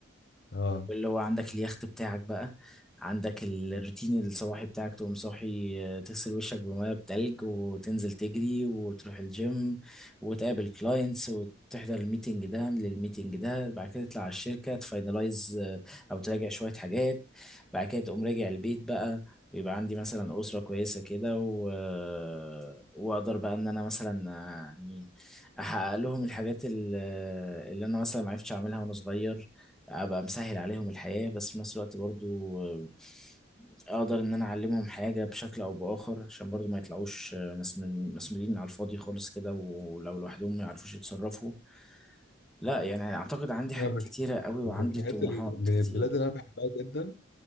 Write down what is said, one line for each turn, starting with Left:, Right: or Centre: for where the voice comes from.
Left: اه
Centre: واللي هو عندك اليخت بتاعك بقى عندك ال- الروتين الصباحي بتاعك تقوم صاحي آه، تغسل وشك بميه بتلج وتنزل تجري وتروح الجيم وتقابل كلاينتس وتحضر الميتنج ده للميتنج ده بعد كده تطلع على الشركة تفاينلايز أو تراجع شوية حاجات بعد كده تقوم راجع البيت بقى ويبقى عندي مثلا أسرة كويسة كده و... آه، وأقدر بقى إن أنا مثلا آه، يعني أحقق لهم الحاجات ال- آه، اللي أنا مثلا معرفتش أعملها وأنا صغير ابقى مسهل عليهم الحياة بس في نفس الوقت برضو آه، اقدر ان انا اعلمهم حاجة بشكل او باخر عشان برضو ما يطلعوش آه، مسن- مسنودين على الفاضي خالص كده ولو لوحدهم ما يعرفوش يتصرفوا لا يعني اعتقد عندي حاجات
Left: انا بح-
Centre: كتيرة قوي وعندي
Left: من الحاجات
Centre: طموحات
Left: ال... من
Centre: كتير
Left: البلاد اللي انا بحبها جدا